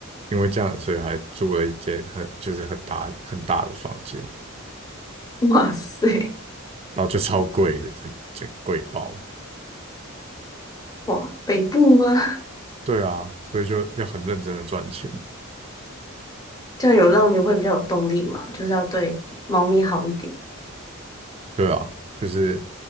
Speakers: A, on the right; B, on the left.
A: 因为这样，所以还租了一间很就是很大很大的房间，
B: 哇塞，
A: 然后就超贵的，这这贵包，
B: 哇，北部吗？<laughs>
A: 对啊，所以就要很认真的赚钱。
B: 这样有让你会比较有动力嘛，就是要对猫咪好一点。
A: 对啊，就是